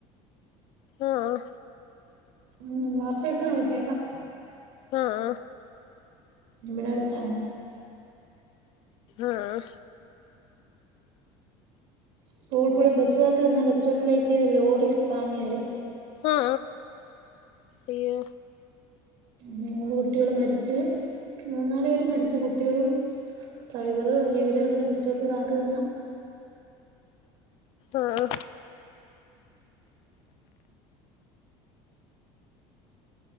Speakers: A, on the left (about 50°); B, on the right (about 70°).
A: ആഹ്
B: ഉം വാർത്തേട്ടാത് കേക്കാ
A: ആ ഹ
B: ഇവടെ അടുത്താണ്
A: അആഹ്
B: സ്കൂൾകുള്ള ബസ്സഅത്ത് നിന്ന് ബസ് സ്റ്റോപ്പിലേക്ക് ലോറി പാഞ്ഞേറി
A: ആ അയ്യൊ
B: മൂന്ന് കുട്ടികള് മരിച്ചു മൂന്നാല് പേര് മരി ച്ച് കുട്ടികളും ഡ്രൈവറ് വല്യവര് അങ്ങനെ ബസ് സ്റ്റോപ്പിൽ കാത്തു നിന്ന
A: ആഹ്